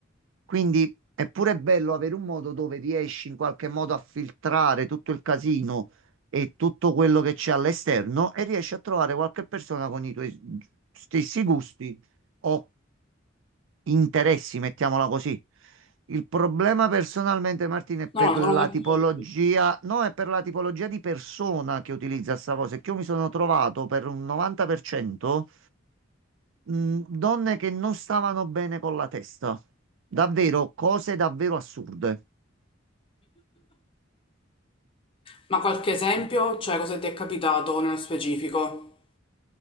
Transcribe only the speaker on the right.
Quindi è pure bello avere un modo dove riesci in qualche modo a filtrare tutto il casino e tutto quello che c'è all'esterno e riesci a trovare qualche persona con i tuoi stessi gusti ho interessi, mettiamola così. Il problema personalmente, Martina, è per
la
tipologia, no, è per la tipologia di persona che utilizza sta cosa. È che io mi sono trovato per un 90% mh, donne che non stavano bene con la testa. Davvero, cose davvero assurde.